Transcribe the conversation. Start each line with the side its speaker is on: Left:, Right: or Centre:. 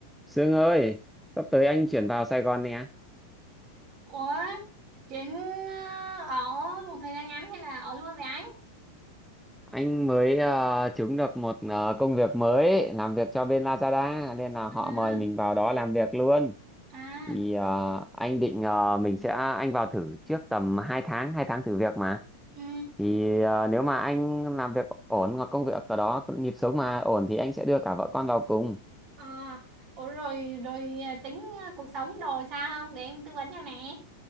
Centre: Sương ơi, sắp tới anh chuyển vào Sài Gòn nè.
Right: Ủa, Trịnh ờ, ở một thời gian ngắn hay là ở luôn với anh?
Centre: Anh mới ờ, trúng được một ờ, công việc mới làm việc cho bên Lazada nên là
Right: À,
Centre: họ mời mình vào đó làm việc luôn.
Right: à,
Centre: Thì ờ, anh định ờ, mình sẽ anh vào thử trước tầm hai tháng, 2 tháng thử việc mà.
Right: ừ,
Centre: Thì ờ, nếu mà anh làm việc ổn hoặc công việc ở đó nhịp sống mà ổn thì anh sẽ đưa cả vợ con vào cùng.
Right: à, ủa rồi rồi ờ, tính ờ, cuộc sống đồ sao không để em tư vấn cho nè.